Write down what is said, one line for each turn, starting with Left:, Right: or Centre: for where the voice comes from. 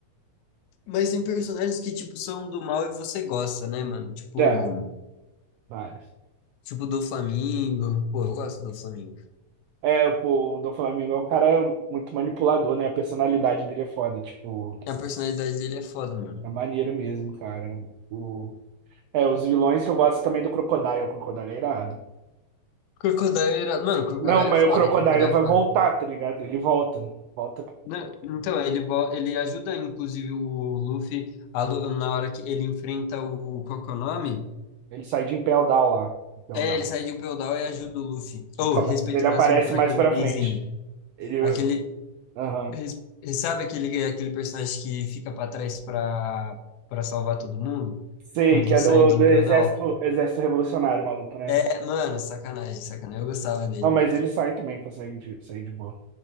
Left: Mas tem personagens que, tipo, são do mal e você gosta, né, mano? Tipo,
Right: É, vários.
Left: tipo do Flamingo. Pô, eu gosto do Flamingo.
Right: É, pô, o Dom Flamingo é um cara muito manipulador, né? A personalidade dele é foda, tipo,
Left: A personalidade dele é foda, mano.
Right: é maneiro mesmo, cara. O... É, os vilões que eu gosto também do Crocodile, o Crocodile é irado.
Left: Crocodile era... Mano, Crocodile
Right: Não, mas
Left: é foda,
Right: o Crocodile
Left: Crocodile
Right: vai
Left: é foda.
Right: voltar, tá ligado? Ele volta. Volta.
Left: Né? Então, ele, vo- ele ajuda, inclusive, o Luffy a Lu- na hora que ele enfrenta o... Qual que é o nome?
Right: Ele sai de Impel Down lá. Impel
Left: É,
Right: Down.
Left: ele sai de um feudal e ajuda o Luffy.
Right: Então,
Left: Ou, respeito
Right: mas ele aparece
Left: máximo por
Right: mais
Left: aquele
Right: pra
Left: gayzinho.
Right: frente. Ele.
Left: Aquele,
Right: Aham.
Left: res- sabe aquele, aquele personagem que fica pra trás pra, pra salvar todo mundo?
Right: Sei,
Left: Quando
Right: que
Left: eles
Right: é do,
Left: saem de Impel
Right: do exército,
Left: Down?
Right: exército revolucionário, maluco, né?
Left: É, mano, sacanagem, sacanagem. Eu gostava dele,
Right: Não, mas
Left: mano.
Right: ele sai também, consegue de, sair de boa.